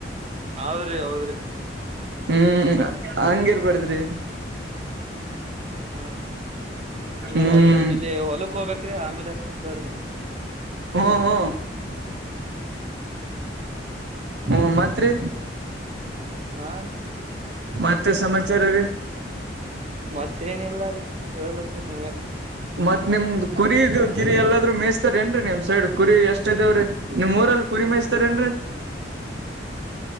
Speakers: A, on the right (about 35°); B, on the right (about 65°).
A: ಹೌದ್ರಿ ಹೌದ್ರಿ
B: ಹ್ಮ್ ಹಂಗಿರ್ಬಡದ್ರಿ.
A: ಹಾ ಹಾಂದ
B: ಹ್ಮ್
A: ಒಂದ್ಸವಪ್ ಇಲ್ಲಿ ಹೊಲಕ್ ಹೋಬೇಕ್ ಕ್ರಿ ಆಮೇಲೆ ಅಚ್ತಿನ್ ತಗೊರಿ ನಿಮ್ಗ.
B: ಹು ಹು ಹ್ಮ ಮತ್ರಿ
A: ಆರ್
B: ಮತ್ತೆ ಸಮಾಚಾರ ರೀ.
A: ಮತ್ತೇಏನಿಲ್ಲ ರೀ ಹೇಳ್ಬೇಕು ನೀವೇ.
B: ಮತ್ ನಿಮ್ದ್ ಕುರಿದು ಗಿರಿ ಎಲ್ಲಾದ್ರು ಮೇಯಸ್ತಾರ ಏನ್ರೀ ನಿಮ್ ಸೈಡ್ ಕುರಿ ಎಷ್ಟ ಇದಾವ್ರೀ ನಿಮ್ ಊರಲ್ಲಿ ಕುರಿ ‌ ಮ್ತಾರೇಏನ್ರಿ <inaudible>
A: <inaudible>